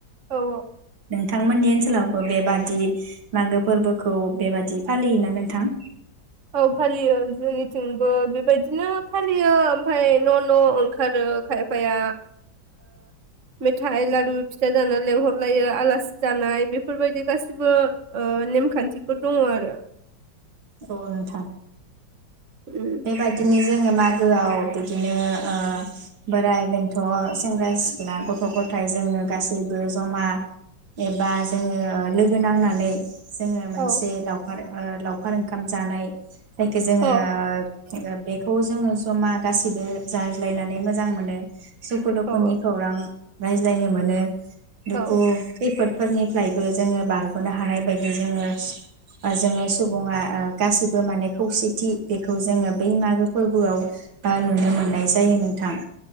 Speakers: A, on the right; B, on the right.
A: औ
B: नोंथांमोननि ओनसोलावबो बेबादि मागो फोरबो खौ बेबादि फालियोना नोंथां
A: औ फालियो जोंनिथिंबो बेबायदिनो फालियो ओमफ्राय न न' ओंखारो खायफाया मेथाइ लारु फिथा जानो लेंहरलायो आलासि जानाय बेफोरबायदि गासिबो ओ नेमखान्थिफोर दङ आरो
B: अ नोंथां
A: उम
B: बे बादिनो जोङो मागोआव बिदिनो ओ बोराइ बेन्थ' सेंग्रा सिख्ला गथ' गथाय जोंनो गासैबो जमा एबा जोङो लोगो नांनानै जोङो मोनसे
A: औ
B: लावखार लावखार ओंखाम जानाय जायखो जोङो।
A: औ
B: बेखौ जोङो जा गासैबो जाज्लायनानै मोजां मोनो। सुखु दुखुनि
A: औ
B: खौरां रायज्लायनो मोनो। दुखु
A: औ
B: खैफोद फोरनिफ्रायबो जोङो बारग'नो हानाय बायदि जोङो ओ जोङो सुबुङा ओ गासिबो माने खौसेथि बेखौ खौ जोङो बै मागो फोरबोआव ओ नुनो मोननाय जायो नोंथां।